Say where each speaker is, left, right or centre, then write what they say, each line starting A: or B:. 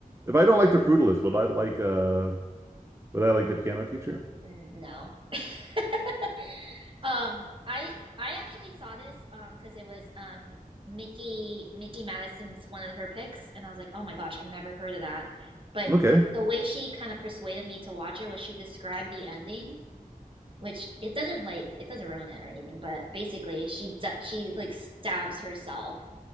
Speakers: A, on the right; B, on the right.
A: If I don't like The Brutalist, would I like uh would I like
B: N
A: The Piano Teacher?
B: n- no. <laughs> Um, I I actually saw this um because it was um Mickey Mickey Madison's one of her picks, and I was like, oh my gosh, I've never heard of that. But
A: Okay.
B: the way she kind of persuaded me to watch it was she described the ending, which it doesn't like it doesn't ruin it or anything, but basically she she like stabs herself